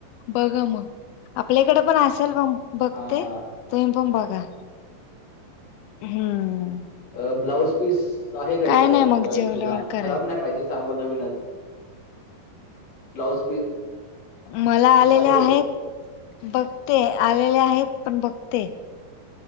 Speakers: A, on the left; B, on the left.
A: बघा मग, आपल्याकडे पण असेल मग. बघते,
B: हा.
A: तुम्ही पण बघा, हम्म.
B: अ ब्लाऊज पीस, आहे का
A: काय
B: एखादा
A: नाही मग
B: खर
A: जेवल्यावर
B: जुना
A: करेल
B: खराब नाही पाहिजे चांगलं नवीनच. ब्लाउज पीस
A: मला आलेले
B: आहे
A: आहेत,
B: काय
A: बघते. आलेले आहेत. पण बघते.